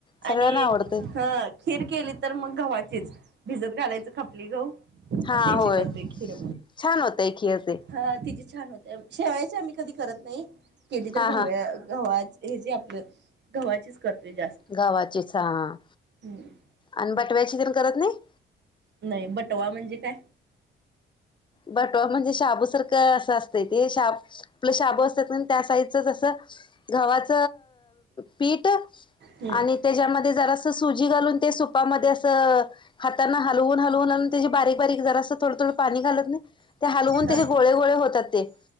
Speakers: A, on the left; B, on the right.
A: सगळ्यांना
B: आणि
A: आवडते
B: ह खीर केली तर मग गव्हाचीच भिजत घालायचं खपली गह त्याची
A: हा होय
B: करतेय खिर
A: छान होतय खीर ते
B: हा तची छान होते शेवायचे आम्ही कधी करत नाही केली तर
A: हा
B: गव्या
A: हा
B: गव्हा हे जे आपलं गव्हाचीच करते जास्त
A: गावाचेच हां
B: हम्म
A: आणि बटव्याची तर करत नाही
B: नाही बटवा म्हणजे काय
A: बटवा म्हणजे शाबूसारखं असं असत ते शाब आपलं शाब असतात ना त्या साईजचच असं घवा्हाच पीठ
B: हम्म
A: आणि त्याच्यामध्ये जरास सुजी घालून ते सुपामध्ये असं हाताना हलवून हलवूनलून त्याची बारीक बारीक जरा असं थोडं थोडं पाणी घालत हलवून त्याचे
B: हा
A: गोळे गोळे होतात ते